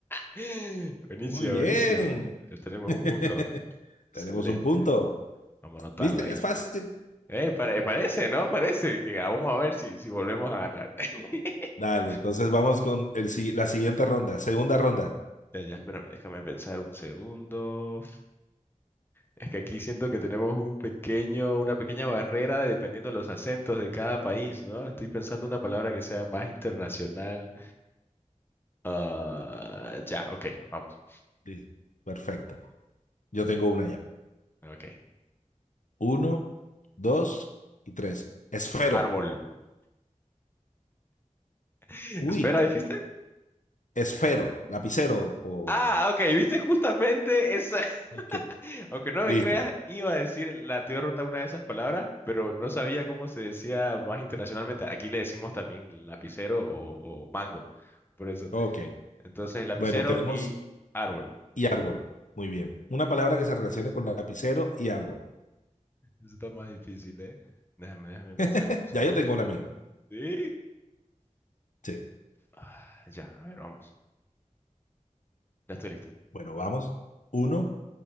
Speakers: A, on the left (about 15°); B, on the left (about 75°).
A: <laughs> Buenísimo,
B: Muy bien.
A: buenísimo. Ya tenemos
B: <laughs>
A: un punto. Excelente.
B: Tenemos un punto.
A: Vamos a anotarlo
B: ¿Viste
A: ahí.
B: que es fácil?
A: Eh, pare- parece, ¿no? Parece que ah, vamos a ver si, si volvemos a ganar. <laughs>
B: Dale, entonces vamos con el, si- la siguiente ronda, segunda ronda.
A: Ya, ya, espérame, déjame pensar un segundo. Es que aquí siento que tenemos un pequeño, una pequeña barrera de- dependiendo de los acentos de cada país, ¿no? Estoy pensando una palabra que sea más internacional. Ah, ya, ok, vamos.
B: Sí. Perfecto. Yo tengo una ya.
A: Ok.
B: Uno, dos y tres. Esfero.
A: Árbol. <laughs>
B: Uy,
A: Espera, ¿dijiste?
B: esfero, lapicero o...
A: Ah, ok, viste justamente esa. <laughs>
B: Ok,
A: Aunque no me
B: listo.
A: creas, iba a decir la tía ronda una de esas palabras, pero no sabía cómo se decía más internacionalmente. Aquí le decimos también lapicero o, o mango. Por eso.
B: Ok.
A: Entonces, lapicero
B: Bueno, tenemos
A: y árbol.
B: y árbol. Muy bien. Una palabra que se relacione con lapicero y árbol.
A: Eso está más difícil, ¿eh? Déjame, déjame pensar
B: <laughs>
A: un segundo.
B: Ya yo tengo la mía.
A: ¿Sí?
B: Sí.
A: Ah, Ya, a ver, vamos. Ya estoy listo.
B: Bueno, vamos. Uno.